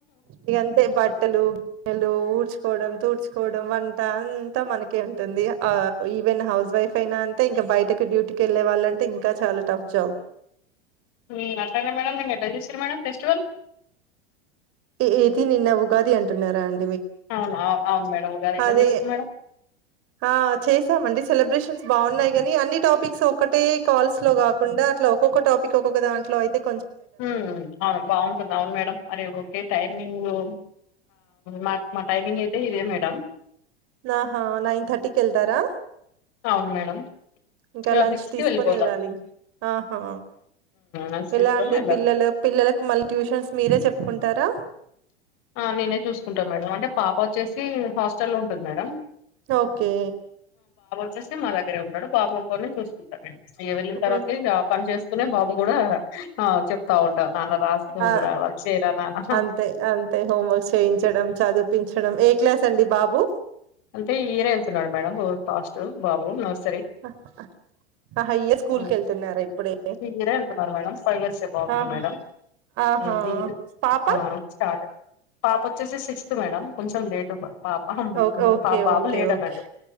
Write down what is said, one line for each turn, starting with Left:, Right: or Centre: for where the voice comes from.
Right: ఇగంతే బట్టలూ గిన్నెలూ ఊడ్చుకోవడం తూడ్చ్ వంట అంత మనకే ఉంటుంది ఇగ ఆ ఈ ఇ వెన్ హౌస్ వైఫ్ ఐనా అంతే ఇంక బయటకు డ్యూటికెళ్ళే వాల్లంటే ఇంకా చాలా టఫ్ జాబ్
Left: ఊఁ అట్లనేే మేడం నిన్న ఎట్ల చేసిర్రు మేడం ఫెస్టివల్
Right: ఏ ఏదీ నిన్న ఉగాది అంటున్నారా అన్
Left: ఔను ఔ ఔను మేడం ఉగాది ఎట్లా
Right: అదే
Left: చేసిరు మేడం
Right: ఆ చేసాం అన్ని సెలబ్రేషన్స్ బావున్నాయ్ గానీ అన్ని టాపిక్స్ ఒక్కటే కాల్స్ లో గాకుండా అట్లా ఒక్కొక్క టాపిక్ ఒక్కొక్క దాంట్లో ఐ థింక్
Left: ఊమ్ అవును బావుంటుంది ఔన్ మేడం అరే ఒకే టైం మీరు మా మా టైమింగ్ ఐతే ఇదే మేడం
Right: నాహా నైన్ థర్టీ కెళ్తారా
Left: ఔన్ మేడం
Right: ఇంక
Left: ఇగ
Right: లంచ్
Left: సిక్స్
Right: తీస్కొనెళ్ళాలీ
Left: కి వెళ్ళిపోతాం
Right: ఆహా
Left: లంచ్ తీసుకొని
Right: ఎలా అండీ
Left: వెళ్ళాలి
Right: పిల్లలు పిల్లలకు మళ్ళి ట్యూషన్స్ మీరే చెప్పుకుంట్ తరా
Left: ఆఁ నేనే చూస్కుంట మేడం అంటే పాప వచ్చేసీ హాస్టల్లో ఉంటది మేడం
Right: ఓక్కే
Left: క్రిష్ణం మా దగ్గరే ఉంటడు బాబు ఒక్కోర్ని చూస్కుంట మేం ఇగ వెళ్ళిన్ తర్వాతే
Right: ఉమ్
Left: ఇగా పని చేస్తూనే బాబు గూడా ఆ చెప్తా ఉంటా నాన్ రాస్ కూడాచ్చరా
Right: ఆ
Left: నానా
Right: అంతే అంతే హోంవర్క్ చేయించడం చదిపించడం ఏ క్లాస్ అండి బాబు
Left: అంతే హీరే అళ్తున్నాడు మేడం ఫాస్ట్ బాబు నమస్త
Right: ఆ ఆహయ్య స్కూల్కి
Left: హ్మ్.
Right: వెళ్తున్నారా ఇప్పుడే
Left: ఈ ఇయరే వెళ్తున్నారు మేడం ఫైవ్ ఇయర్స్ ఏ బాబుకి
Right: ఆహా
Left: మేడం
Right: ఆహా
Left: హ్మ్. ఈ ఇయర్
Right: పాప
Left: ఆ! స్టార్ట్ పాప వచ్చేసి సిక్స్త్ మేడం కొంచెం లేటు పా
Right: ఓకే ఓకే
Left: పా బాబ
Right: ఓకే
Left: లేట్ అన్నట్డు
Right: okay